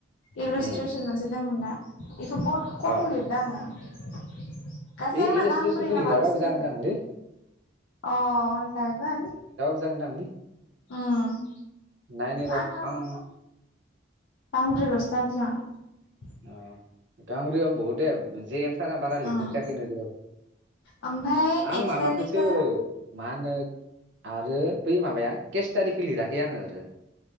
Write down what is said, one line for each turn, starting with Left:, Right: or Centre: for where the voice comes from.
Left: इलिसटे्सन
Right: उम
Left: मोनसे दङमोन ना बेखौ बहुद खम
Right: अ
Left: लिरदों आङो गासै
Right: इ
Left: आंना
Right: इलास्ट्रेसनखौ
Left: गांब्रैना
Right: लिराबाबो
Left: माल'सो जादों
Right: जागोन जागोनलै
Left: अ जागोन
Right: जागोनदां लै
Left: उम
Right: नायनि र'
Left: आंनाव
Right: आं
Left: गांब्रैलसो <unintelligible>
Right: अ गांब्रैयबा बहुद दे <unintelligible> सारा बारा लिरनो
Left: आं।
Right: होखायाखै
Left: उम ओमफ्राय
Right: आं
Left: एक्सेलनिखौ
Right: माबखौसो मा होनो आरो बै माबाया केस्टारिखौ लिराखै आङो दो